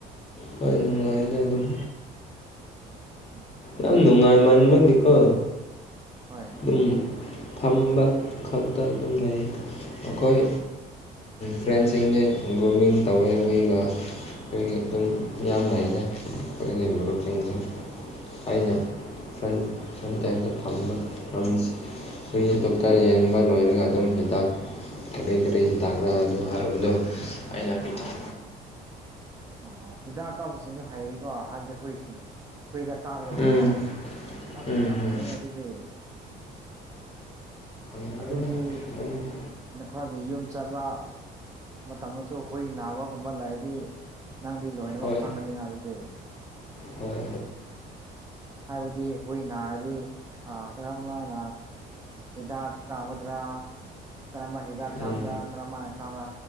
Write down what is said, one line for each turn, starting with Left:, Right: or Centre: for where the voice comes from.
Left: ꯍꯣꯏ ꯅꯨꯡꯉꯥꯏꯅ ꯑꯗꯨꯝ
Right: ꯎꯝ
Left: ꯌꯥꯝ ꯅꯨꯡꯉꯥꯏꯃꯟꯕꯒꯤꯀꯣ
Right: ꯍꯣꯏ
Left: ꯑꯗꯨꯝ ꯐꯝꯕ ꯈꯛꯇ ꯑꯗꯨꯝ ꯂꯩ ꯑꯩꯈꯣꯏ
Right: ꯍꯣꯏ
Left: ꯐ꯭ꯔꯦꯟꯁꯤꯡꯗꯤ ꯒ꯭ꯔꯨꯃꯤꯡ ꯇꯧꯋꯦ ꯑꯩꯈꯣꯏꯒ ꯑꯩꯈꯣꯏꯒꯤ ꯑꯗꯨꯝ ꯃꯤꯌꯥꯝ ꯂꯩꯇꯥ ꯑꯩꯈꯣꯏꯒꯤ ꯃꯔꯨꯞꯁꯤꯡꯁꯤꯡ
Right: ꯑꯣ ꯑꯣ
Left: ꯑꯩꯅ ꯐ꯭ꯔꯟ ꯐꯔꯟꯗꯦꯛꯁ ꯇ ꯐꯝꯕ ꯐ꯭ꯔꯃꯁꯤ ꯑꯩꯈꯣꯏꯒꯤ ꯗꯣꯛꯇꯔ ꯌꯦꯡꯕ ꯂꯣꯏꯔꯒ ꯑꯗꯨꯝ ꯍꯤꯗꯥꯛ ꯀꯔꯤ ꯀꯔꯤ ꯇꯥꯛꯈ꯭ꯔꯥ ꯑꯗꯨꯗ
Right: ꯑꯣ
Left: ꯍꯥꯏꯕꯗꯣ
Right: ꯑꯣ
Left: ꯑꯩꯅ ꯄꯤꯊꯣꯛ
Right: ꯑꯥ ꯑꯣ ꯑꯣ ꯍꯤꯗꯥꯛꯀꯞꯁꯤꯡꯁꯨ ꯍꯩꯀꯣ ꯍꯥꯏꯕꯗꯤ ꯍꯨꯏꯁꯤꯅꯦ ꯍꯨꯏꯗ ꯀꯥꯗꯕꯀꯣ
Left: ꯎꯝ
Right: ꯑꯁ
Left: ꯎꯝ
Right: ꯌꯥꯝ
Left: ꯎꯝ
Right: ꯐꯩꯅꯦ ꯑꯗꯨꯗꯤ
Left: <unintelligible>
Right: ꯑꯗꯨꯗꯤ ꯅꯈꯣꯏꯒꯤ ꯌꯨꯝ ꯆꯥꯕ ꯃꯇꯝꯗꯁꯨ ꯍꯨꯏ ꯅꯥꯕꯒꯨꯝꯕ ꯂꯩꯗꯤ ꯅꯪꯗꯤ ꯂꯣꯏꯅꯃꯛ
Left: ꯍꯣꯏ
Right: ꯈꯪꯉꯅꯤꯅ ꯑꯗꯨꯗꯤ
Left: ꯍꯣꯏ
Right: ꯍꯥꯏꯕꯗꯤ ꯍꯨꯏ ꯅꯥꯔꯗꯤ ꯀꯔꯝꯕꯅ ꯍꯤꯗꯥꯛ ꯀꯥꯒꯗ꯭ꯔꯥ ꯀꯔꯝꯕ ꯍꯤꯗꯥꯛ ꯀꯥꯞꯗꯥ
Left: ꯎꯝ
Right: ꯀꯔꯝꯕꯅ ꯀꯥꯞꯕ